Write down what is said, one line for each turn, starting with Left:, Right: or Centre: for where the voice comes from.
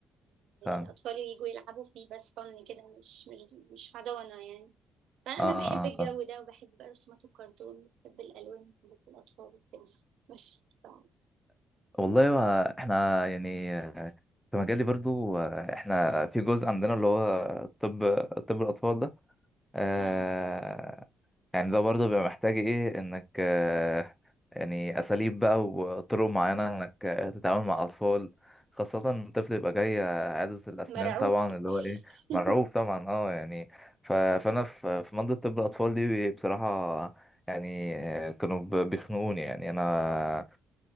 Centre: فاهم
Right: الاطفال يجوا يلعبوا فيه بس فن كده مش مش مش حضانة يعني فانا
Centre: اه اه
Right: بحب
Centre: آه،
Right: الجو
Centre: فاهم
Right: ده وبحب رسومات الكرتون بحب الالوان بحب الاطفال وكده بس ف...
Centre: والله هو احنا يعني آه، في مجالي برضو آه، احنا في جزء عندنا اللي هو طب طب الاطفال ده آه
Right: آه.
Centre: يعني ده برضه بيبقى محتاج ايه انك آه، يعني اساليب بقى وطرق معينة انك آه، تتعامل مع اطفال خاصة الطفل يبقى جاي عيادة الأسنان
Right: مرعوب
Centre: طبعا اللي هو إيه مرعوب
Right: <laughs>
Centre: طبعا اه يعني ف... فأنا في في منطقة طب الأطفال دي بصراحة يعني آه، كانوا ب- بيخنقوني يعني أنا